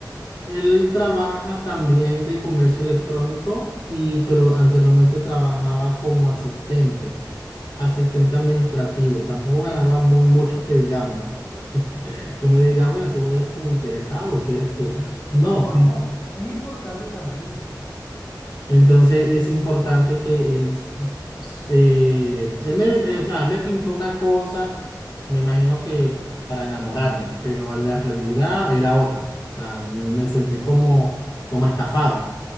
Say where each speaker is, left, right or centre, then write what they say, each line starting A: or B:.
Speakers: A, on the left; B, on the left.
A: Él trabaja también de comercio electrónico y pero anteriormente trabajaba como asistente, asistente administrativo. Tampoco ganaba muy mucho que digamos. <laughs> Tú me dirás, bueno, tú eres como interesado, ¿qué eres tú? No,
B: No, no,
A: sí,
B: no, eso es importante también.
A: Entonces es importante que él, s- se, él me, eh, o sea, él me pintó una cosa, me imagino que para enamorarme, pero en la realidad era otra. O sea, me sentí como, como estafado.